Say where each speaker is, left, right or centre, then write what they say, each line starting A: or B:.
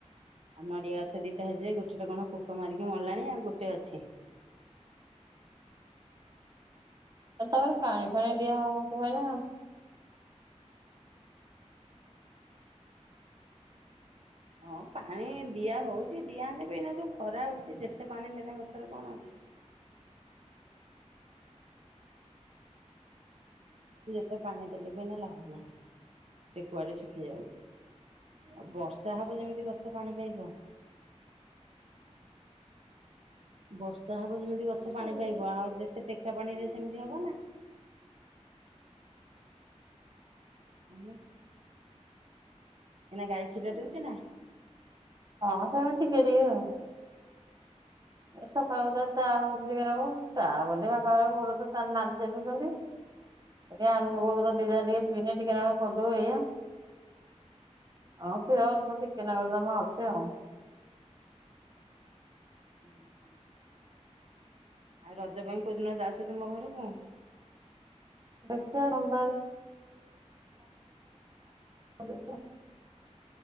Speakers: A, on the right; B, on the right.
A: ଆଉ ନଡିଆ ଗଛ ଦିଟା ହେଇଚିଯେ ଗୋଟେଟା କଣ ପୋକ ମାରିକି ମଲାଣି ଆଉ ଗୋଟେ ଅଛି।
B: ଆ ତମର ପାଣି ଫାଣି ଦିଆ ହଉଥୀବ ନାଆଉ
A: ହଁ ପାଣି ଦିଆ ହଉଛି ଦିଆହଲେ ବି ଏଇନା ଯୋଉ ଖରା ହଉଛି ଯେତେ ପାଣି ଦେନା ଗଛରେ କଣ ଅଛି। ଯେତେ ପାଣି ଦେଲେ ବିନା ଲାଭ ନାହିଁ ସେ କୁଆଡେ ଶୁଖି ଯାଉଛି ଆଉ ବର୍ଷା ହବ ଯେମିତି ଗଛ ପାଣି ପାଇବ ବର୍ଷା ହବ ଯେମିତି ଗଛ ପାଣି ପାଇବ ଆଉ ଯେତେ ଟେକା ପାଣି ଦ ସେମିତି ହବ ନା। ଏନା ଏନା ଗାଈ ଖୀର ଦଉଛେ ନା।
B: ହଁ ସେମଛି ଟିକେ ଟିକେ ଆଉ ଏ ସକାଳ ପତ ଚା ହଉଛିିକନା କ ଚା ବୋଲି <unintelligible> ବାପା ବୋଲୁ ତାଲେ ନାଲି ଚପିଉଛନ୍ତି ଆ ଆମ ବୋଉ ଦିନ ଦି ଯା ଟିକେ ପି ଟିକେେ କରିଦବୁ ଏୟା ହଁ କ୍ଷୀର ଅଳ୍ପ ଟିକେ ନାକୁର ଜମା ଅଛି ଆଉ।
A: ହୁଁ ହୁଁ <inaudible> ଆଉ ରଜ ପାଇଁ କୋଉ ଦିନ ଯାଉଛ ତମ ଘରକୁ।
B: ଦେଖିବା ମ <inaudible>